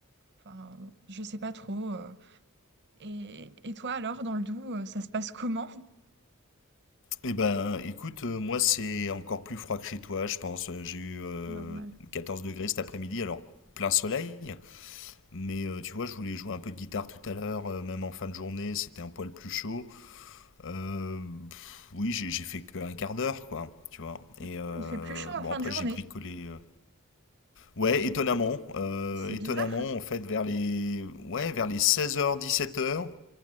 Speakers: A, on the right (about 50°); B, on the left (about 60°).
A: enfin je sais pas trop. euh. Et, et toi alors dans le Doubs, euh, ça se passe comment?
B: Eh ben, écoute, euh, moi c'est encore plus froid que chez toi, je pense. Euh, J'ai eu euh,
A: Normal.
B: 14 degrés cet après-midi, alors plein soleil. Mais euh, tu vois, je voulais jouer un peu de guitare tout à l'heure, euh, même en fin de journée, c'était un poil plus chaud. Euh, pff, oui, j'ai j'ai fait qu'un quart d'heure, quoi, tu vois.
A: Du
B: Et
A: coup,
B: euh,
A: il fait plus chaud en
B: bon,
A: fin
B: après
A: de journée.
B: j'ai bricolé. euh, Ouais, étonnamment, euh,
A: C'est
B: étonnamment,
A: bizarre.
B: en fait, vers les, ouais, vers les 16h, 17h,